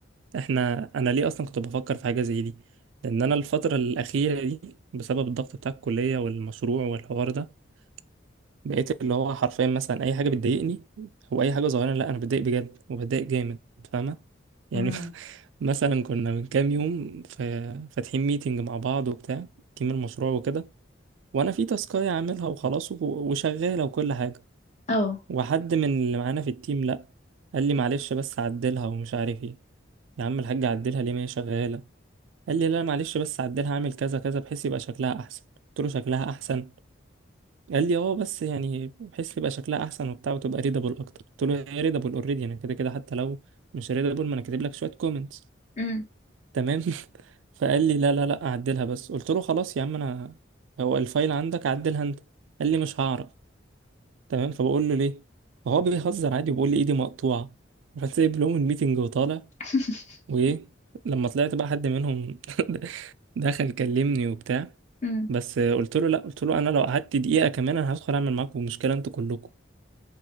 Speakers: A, on the right; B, on the left.
A: احنا انا ليه اصلا كنت بفكر في حاجة زي دي لان انا الفترة الاخيرة دي بسبب الضغط بتاع الكلية والمشروع والحوار ده بقيت اللي هو حرفيا مثلا اي حاجه بتضايقني او اي حاجه صغيره لا انا بتضايق بجد وبتضايق جامد فاهمه يعني
B: مم.
A: <laughs> مثلا كنا من كام يوم في فاتحين ميتنج مع بعض وبتاع تيم المشروع وكده وانا في تاسكايه عاملها وخلاص و- وشغاله وكل حاجه
B: او
A: وحد من اللي معانا في التيم لا قال لي معلش بس عدلها ومش عارف ايه يا عم الحاج عدلها ليه ما هي شغاله قال لي لا معلش بس عدلها اعمل كذا كذا بحيث يبقى شكلها احسن قلت له شكلها احسن قال لي اه بس يعني بحيث يبقى شكلها احسن وبتاع وتبقى ريدابل اكتر قلت له هي ريدابل اوريدي يعني كده كده حتى لو مش ريدابل ما انا كاتب لك شويه كومنتس
B: مم.
A: تمام <laughs> فقال لي لا لا لا اعدلها بس قلت له خلاص يا عم انا هو الفايل عندك عدلها انت قال لي مش هعرف تمام فبقول له ليه فهو بيهزر عادي وبيقول لي ايدي مقطوعه رحت سايب لهم الميتنج وطالع
B: <laughs>
A: وايه لما طلعت بقى حد منهم <laughs> دخل كلمني وبتاع
B: مم.
A: بس قلت له لا قلت له انا لو قعدت دقيقه كمان انا هدخل اعمل معاكم مشكله انتوا كلكم